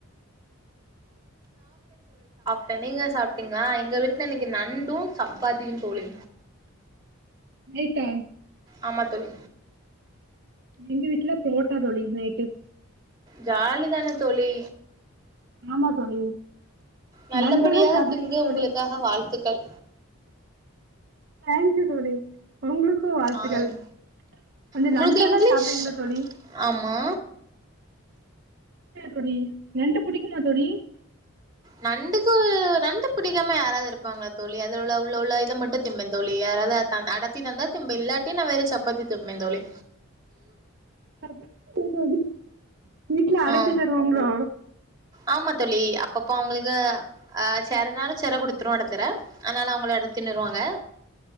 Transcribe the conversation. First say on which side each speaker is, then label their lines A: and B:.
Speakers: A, on the right (about 20°); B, on the right (about 50°).
A: ட நீங்க சாப்டீங்களா எங்க வீட்ல இன்னைக்கு நண்டு சப்பாத்தியு தோழி
B: நைட்டா
A: ஆமா தோழி
B: எங்க வீட்டுல புரோட்டா தோழி நைட்டு
A: ஜாலி தான தோழி
B: ஆமா தோழி
A: நல்லபடியாக
B: நண்டெல்லா சாப்டுவீங்களா
A: திங்க
B: தோழி
A: உங்களுக்காக வாழ்த்துக்கள்
B: தேங்க் யூ தோழி உங்ளுக்கு வாழ்த்துக்கள்
A: ஆ
B: கொஞ்ச
A: உங்களுக்கு
B: நண்டெல்லா
A: இங்கிலீஷ்
B: சாப்டுவீங்களோ தோழி
A: ஆமா
B: ட்ட தோழி நண்டு புடிக்குல்ல தோழி
A: நண்டுக்கு நண்டு புடிக்காம யாராவது இருப்பாங்களா தோழி அது உள்ள உள்ள உள்ள இத மட்டு திம்ப தோழி யாராவது அறுத்தாங்னா அடத்தி தந்தா திம்ப இல்லாட்டி நா வேரு சப்பாத்தி திம்ப தோழி
B: <unintelligible> வீட்ல அடத்தி
A: ஆ
B: தருவாங்ளோ
A: ஆமா தோழி அப்பப்பொ அவங்களுகு ஆஹ் சேரனாலு செர குடுத்துருவாங் செர அதனால அவங்கலே எடுத் தின்னுறுவாங்க